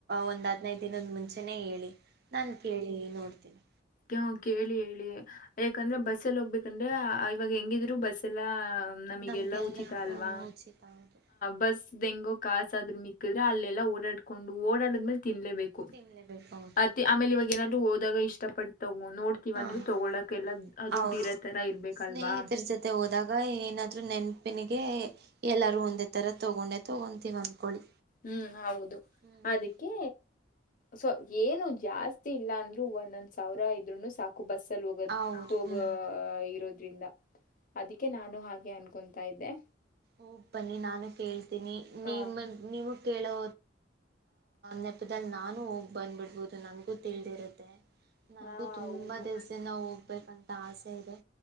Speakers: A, on the right; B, on the left.
A: ಒಂದ್ ಹದ್ನೈದ್ ದಿನದ ಮುಂಚೆನೆೇ ಹೇಳಿ ನಾನ್ ಕೇಳಿ ನೋಡ್ತೇನಿ
B: ಕೆ ಕೇಳಿ ಹೇಳಿ ಯಾಕಂದ್ರೆ ಬಸ್ ಎಲ್ಲಿ ಹೋಗ್ಬೇಕಂದ್ರೆ ಇವಾಗ ಹೆಂಗಿದ್ರು ಬಸ್ ಎಲ್ಲಾ ನಮಲ್ಲ
A: ನಮಗೆಲ್ಲ
B: ಉಚಿತ ಅವಾ
A: ಉಚಿತ ಹೌದು
B: ಬ ಕಾಸಾದ್ರು ಮಿಕ್ಕಿದ್ರೆ ಅಲ್ಲೆಲ್ಲಾ ಓಡಾಡ್ಕೊಂಡು ಓಡಾಡದ್ಮೇಲೆ ತಿನ್ಲೇಬೇಕು
A: ತಿನ್ನಲೇಬೇಕು ಹೌದು
B: ಮತ್ತೆ ಆಮೇಲೆ ಇವಾಗ ಏನಾದ್ಹೋದಾಗ ಇಷ್ಟಪಟ್ಟ ನೋಡ್ತವಂದ್ರರು
A: ಹಾಂ ಹಾಂ
B: ತಗೋಳಕಲ್ಲದುಡ್ಡರ
A: ಹಾಂ ಹೌದು
B: ತರ ಇರ್ಬೇಕಲ್ವಾ
A: ಸ್ನೇಹಿತರ ಜೊತೆ ಹೋದಾಗ <unintelligible> ನೆನಪಿನಿಗೆ ಎಲ್ಲರೂ ಒಂದತ್ತ ತರ ತಗೊಂಡೆ ತಗೊಂತೀವಿ ಅಂದಕೊಳ್ಳಿ
B: ಹ್ಮ್ ಹೌದು
A: ಹ್ಮ್
B: ಅದಕ್ಕೆ ಸೊ ಏನು ಜಾಸ್ತಿ ಇಲ್ಲ ಅಂದ್ರು ಒಂದೊಂದ್ ಸಾವಿರ ಇದ್ರುನು ಸಾಕ ಬಸ್ಸಲ್ಲಿ ಹೋಗೋದ
A: ಹೌದು
B: ಹೋಗ
A: ಹ್ಞೂ
B: ಇರೋದ್ರಿಂದ ಅದಕ್ಕೆ ನಾನು ಹಾಗೆ ಅನ್ಕೊತಾ ಇದ್ದೆ
A: ಓ ಬನ್ನಿ ನಾನು ಕೇಳ್ತೀನಿ ನಿಮ್ಮ
B: ಹ
A: ನೀವು ಕೇಳೋ ನೆಪದಲ್ಲಿ ನಾನು ಹೋಗಿ ಬಂದ್ಬಿಡ್ಬೋದು ನನ್ಗೂ ತಿಳಿದಿರುತ್ತೆ ನನ್ಗು
B: ಹಾ
A: ತುಂಬಾ
B: ಹೌದು
A: ದಲ್ಸದ ನವು ಹೋಗ್ಬೇಕಂತ ಆಸೆ ಇದೆ